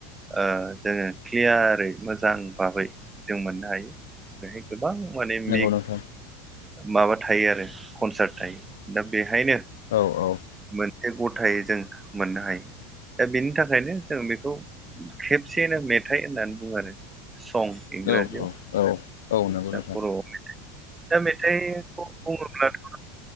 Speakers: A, on the right; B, on the left.
A: ओ जोङो क्लियारै मोजां भाबै जों मोननो हायो। बेहाय गोबां माने
B: नंगौ
A: मेग
B: नोंथां
A: माबा थायो आरो कनसार्ट थायो। दा बेहायनो
B: औ औ।
A: मोनसे गथायै जों मोननो हायो। दा बेनि थाखायनो जों बेखौ खेबसेयैनो मेथाइ होननानै बुङो आरो सं इंराजियाव
B: औ औ औ औ नंगौ नोंथां।
A: दा बर'आव दा मेथाइखौ बुङोब्लाथ'